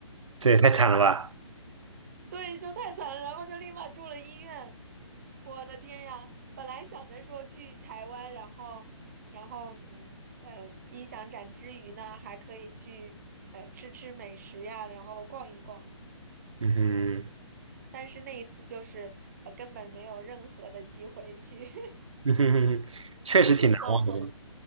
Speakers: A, on the right; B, on the right.
A: 这也太惨了吧，
B: 对，就太惨了，然后就立马住了医院。我的天呀，本来想着说去台湾，然后然后嗯呃，音响展之余呢，还可以去呃吃吃美食呀，然后逛一逛，
A: 嗯哼，
B: 但是那一次就是呃根本没有任何的机会去
A: <laughs> 嗯哼哼哼，
B: <laughs>
A: 确实挺难忘的，
B: 去逛或者。